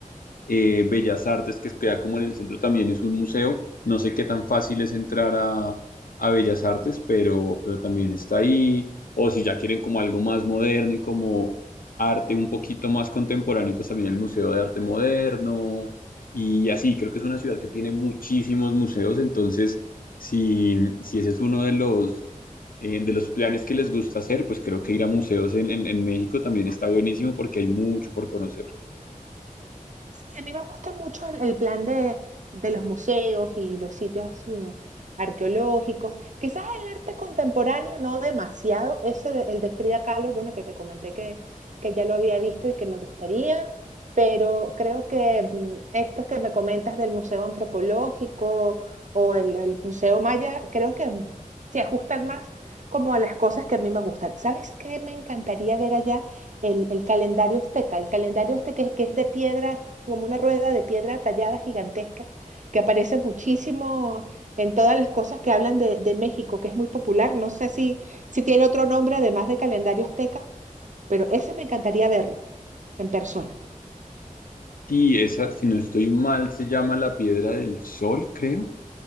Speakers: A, on the left; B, on the right.
A: eh, Bellas Artes, que queda como en el centro, también es un museo. No sé qué tan fácil es entrar a, a Bellas Artes, pero, pero también está ahí. O si ya quieren como algo más moderno y como arte un poquito más contemporáneo, pues también el Museo de Arte Moderno. Y así, creo que es una ciudad que tiene muchísimos museos, entonces si, si ese es uno de los, eh, de los planes que les gusta hacer, pues creo que ir a museos en, en, en México también está buenísimo porque hay mucho por conocer.
B: Sí, a mí me gusta mucho el, el plan de, de los museos y los sitios mm, arqueológicos. Quizás el arte contemporáneo no demasiado. Ese, de- el de Frida Kahlo, bueno, que te comenté que, que ya lo había visto y que me gustaría, pero creo que mm, estos que me comentas del Museo Antropológico o el, el Museo Maya, creo que mm, se ajustan más como a las cosas que a mí me gustan. ¿Sabes qué me encantaría ver allá? el, el calendario azteca, el calendario este que, que es de piedra, como una rueda de piedra tallada gigantesca, que aparece muchísimo en todas las cosas que hablan de, de México, que es muy popular. No sé si, si tiene otro nombre además de calendario azteca, pero ese me encantaría verlo en persona.
A: Y esa, si no estoy mal, se llama la Piedra del Sol, creo.